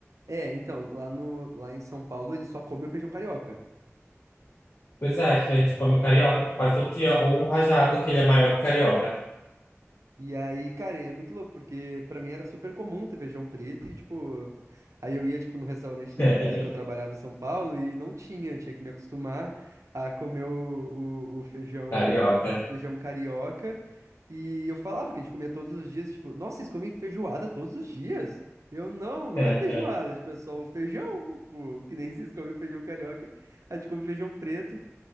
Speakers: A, on the right (about 80°); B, on the left (about 60°).
A: É, então, lá no, lá em São Paulo ele só come o feijão carioca.
B: Pois é, que a gente come carioca quase todo dia, ou o rajado, que ele é maior que o carioca.
A: E aí, cara, é muito louco, porque pra mim era super comum ter feijão preto e, tipo, aí eu ia, tipo, no restaurante da
B: <laughs>
A: empresa que eu trabalhava em São Paulo e não tinha, eu tinha que me acostumar a comer o, o, o feijão,
B: Carioca.
A: o feijão carioca. E eu falava que a gente comia todos os dias, tipo, nossa, vocês comem feijoada todos os dias? Eu, não, não
B: <laughs>
A: é feijoada, tipo, é só o feijão, tipo, que nem vocês comem o feijão carioca, a gente come feijão preto.